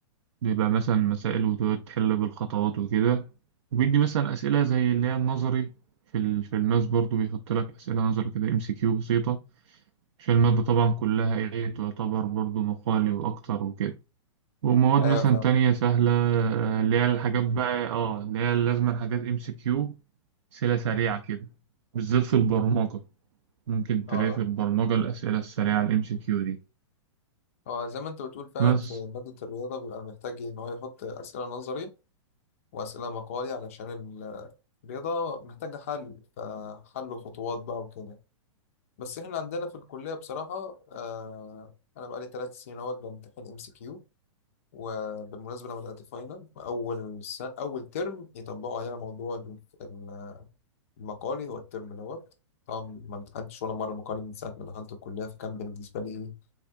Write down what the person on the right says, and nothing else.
بيبقى مثلا مسائل وتقعد تحل بالخطوات وكده وبيدي مثلا أسئلة زي اللي هي النظري في ال... في الماس برضو بيحط لك أسئلة نظري كده ام سي كيو بسيطة عشان المادة طبعا كلها ايه تعتبر برضو مقالي وأكتر وكده ومواد
مثلا
تانية سهلة آه، اللي هي الحاجات بقى اه اللي هي لازما حاجات ام سي كيو أسئلة سريعة كده بالذات في البرمجة ممكن تلاقي
في البرمجة الأسئلة السريعة الام سي كيو دي
بس